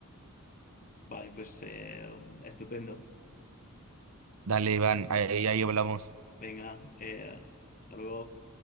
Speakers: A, on the left; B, on the right.
A: Vale, pues eh, estupendo.
B: Dale, Iván, ahí ahí hablamos.
A: Venga, eh, hasta luego.